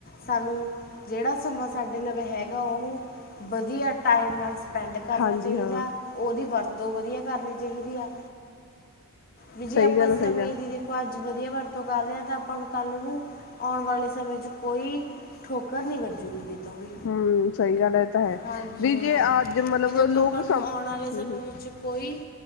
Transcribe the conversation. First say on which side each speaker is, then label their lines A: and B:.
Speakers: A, on the left; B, on the left.
A: ਸਾਨੂੰ, ਜਿਹੜਾ ਸਮਾਂ ਸਾਡੇ ਲਵੇਂ ਹੈਗਾ, ਉਹਨੂੰ ਵਧੀਆ ਟਾਈਮ ਨਾਲ ਸਪੈਂਡ ਕਰਨਾ
B: ਹਾਂਜੀ
A: ਚਾਹੀਦਾ,
B: ਹਾਂ
A: ਉਹਦੀ ਵਰਤੋਂ ਵਧੀਆ ਕਰਨੀ ਚਾਹੀਦੀ ਆ। ਵੀ ਜੇ
B: ਸਹੀ
A: ਆਪਾਂ
B: ਗੱਲ
A: ਸਮੇਂ
B: ਸਹੀ ਗੱਲ
A: ਦੀ ਦੇਖੋ ਅੱਜ ਵਧੀਆ ਵਰ ਤੋਂ ਕਰਦੇ ਹਾਂ, ਤਾਂ ਆਪਾਂ ਨੂੰ ਕੱਲ੍ਹ ਨੂੰ ਆਉਣ ਵਾਲੇ ਸਮੇਂ 'ਚ ਕੋਈ ਠੋਕਰ ਨਹੀਂ ਵੱਜੂਗੀ।
B: ਹਮ ਸਹੀ ਗੱਲ ਇਹ ਤਾਂ ਹੈ
A: ਹਾਂਜੀ
B: ਵੀ
A: ਹਾਂ,
B: ਜੇ ਅੱਜ ਮਤਲਬ
A: ਵੀ ਦੇਖੋ
B: ਲੋਕ
A: ਆਪਾਂ
B: ਸਮ
A: ਨੂੰ ਆਉਣ ਵਾਲੇ ਸਮੇਂ
B: ਹਮ
A: ਵਿੱਚ ਕੋਈ